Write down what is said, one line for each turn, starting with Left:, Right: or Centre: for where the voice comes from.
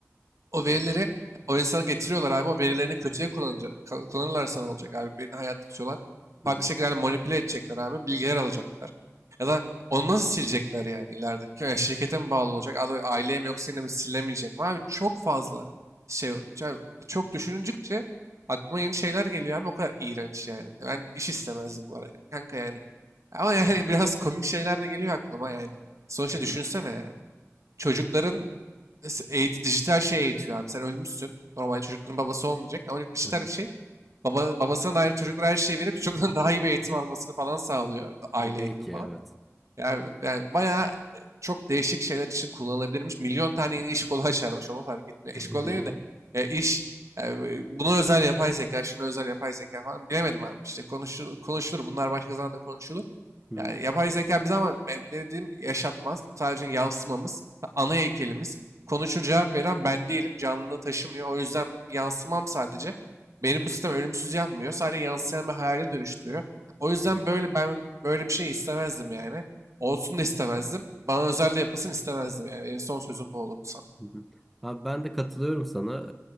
Right: O verileri o insana getiriyorlar abi. O verilerini kötüye kullanacak, ka- kullanırlarsa ne olacak abi? Birini hayatta tutuyorlar.
Centre: Hı
Right: Farklı
Centre: hı.
Right: şekillerde manipüle edecekler abi. Bilgiler alacaklar. Ya da onu nasıl silecekler yani ileride? Ya şirkete mi bağlı olacak? Abi aileye mi yoksa yine mi silinemeyecek mi? Abi çok fazla şey olacak. Çok düşününcükçe aklıma yeni şeyler geliyor abi. O kadar iğrenç yani. Ben iş istemezdim bu arada. Kanka yani. Ama yani <laughs> biraz komik şeyler de geliyor aklıma yani. Sonuçta
Centre: Hı hı.
Right: düşünsene yani çocukların nasıl eğit dijital şey eğitiyor abi. Sen ölmüşsün. Normalde çocukların babası olmayacak ama dijital
Centre: Hı hı.
Right: şey baba, babasına dair çocuklara her şeyi verip çocukların <laughs> daha iyi bir eğitim almasını falan sağlıyor. Aile
Centre: Ha, Belki
Right: eğitimi falan.
Centre: evet.
Right: Yani, yani bayağı e, çok değişik şeyler için kullanılabilirmiş. Milyon tane yeni iş kolu açarmış onu fark etmiyor.
Centre: <laughs> Hı
Right: İş kolu değil de e, iş e, buna özel yapay zeka, şuna özel yapay zeka falan bilemedim abi. İşte konuşulur, konuşulur bunlar başka zaman da konuşulur.
Centre: hı.
Right: Yani yapay zeka bize ama ben dediğim yaşatmaz. Sadece yansımamız, ana heykelimiz. Konuşur cevap veren ben değilim. Canlılığı taşımıyor. O yüzden yansımam sadece. Beni bu sistem ölümsüz yapmıyor. Sadece yansıyan bir hayale dönüştürüyor. O yüzden
Centre: Hı hı.
Right: böyle ben böyle bir şey istemezdim yani. Olsun da istemezdim. Bana özel de yapılsın istemezdim yani. Benim son sözüm bu olurdu sana.
Centre: Hı hı. Abi ben de katılıyorum sana.